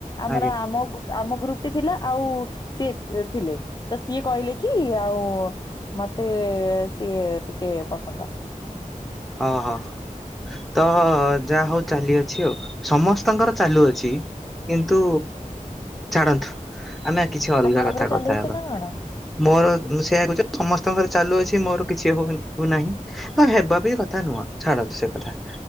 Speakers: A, on the left; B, in the centre.
A: ଆମର
B: ଆଜ୍ଞା।
A: ଆମ ଆମ ଗ୍ରୁପ ଟି ଥିଲା ଆଉ ସିଏ ଥିଲେ ତ ସିଏ କହିଲେ କି ଆଉ ମତେ ସିଏ ଟିକେ ପସନ୍ଦ
B: ଓ ହ। ତ ଯାହା ହଉ ଚାଲି ଅଛି ଆଉ ସମସ୍ତଙ୍କର ଚାଲୁଅଛି କିନ୍ତୁ ଛାଡ଼ନ୍ତୁ ଆମେ କିଛି ଅଲଗା
A: ଆପଣଙ୍କର
B: କଥା କଥା
A: ଚାଲୁଅଛି
B: ହେବା
A: ନା କଣ
B: ମୋର ସେୟା <unintelligible> ସମସ୍ତଙ୍କର ଚାଲୁଅଛି ମୋର କିଛି ହଉନି ହଉ ନାହିଁ ଆଉ ହେବା ବି କଥା ନୁହଁ ଛାଡନ୍ତୁ ସେ କଥା